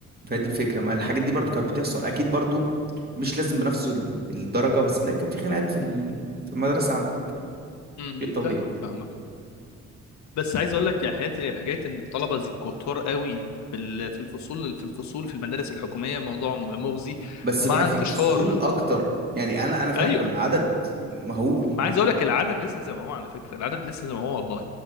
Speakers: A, on the right (about 30°); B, on the left (about 65°).
A: فهي دي الفكره ما الحاجات دي برضو كانت بتحصل اكيد برضو مش لازم بنفس ال- الدرجه بس تلاقي كان في خناقات في ال- في المدرسه عندك
B: م-
A: شيء
B: م.
A: طبيعي
B: فاهمك فاهمك بس عايز اقول لك يا حياتي حكايه ان الطلبه زي كتار قوي في ال- في الفصول في الفصول في المدارس الحكوميه موضوع م- مغزي
A: بس
B: ومع
A: بقى في
B: انتشار
A: كسول اكتر يعني انا انا فعلا
B: ايوه
A: كنا عدد مهول
B: ما عايز اقول لك العدد لسه زي ما هو على فكره العدد لسه زي ما هو والله